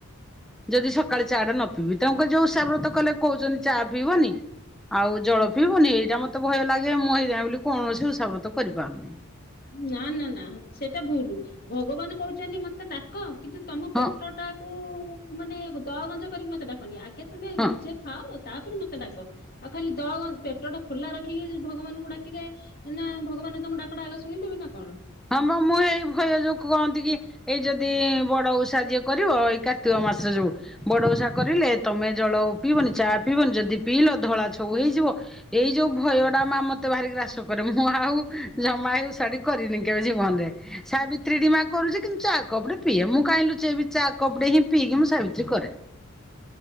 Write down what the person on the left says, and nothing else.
ନା ନା ନା ସେଟା ଭୁଲୁ ଭଗବାନ କହିଚନ୍ତି ମତେ ଡା କ କିନ୍ତୁ ତମ ପେଟଟା
କୁୁ ମାନେ ଦ ଗଞ୍ଜ କରିକି ମତେ ଡାକନି। ଆଗେ ତମେ
ନିଜେ ଖାଅ ତାପରେ ମତେ ଡାକ ଆଉ ଖାଲି ଦ ଗ ପେ ପେଟଟା ଖୋଲା ରଖିକି ଭଗବାନଙ୍କୁ ଡାକିଲେ ନା ଭଗବାନ ତମ ଡାକଟା ଆଗେ ଶୁଣିଦେବେ ନା କଣ?